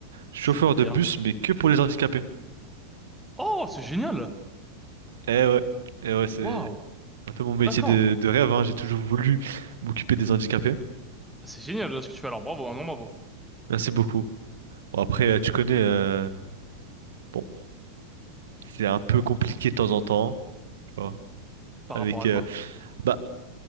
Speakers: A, on the right; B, in the centre.
A: Chauffeur
B: C'est-à-dire...
A: de bus, mais que pour les handicapés.
B: Oh, c'est génial!
A: Eh ouais, eh ouais, c'est
B: Waouh!
A: un peu mon métier
B: D'accord.
A: de, de rêve, hein. J'ai toujours voulu m'occuper des handicapés.
B: C'est génial euh, ce que tu fais alors. Bravo, un grand bravo.
A: Merci beaucoup. Bon, après, euh, tu connais, euh, bon, c'est un peu compliqué de temps en temps, tu vois.
B: Par
A: Avec,
B: rapport à
A: euh,
B: quoi?
A: bah,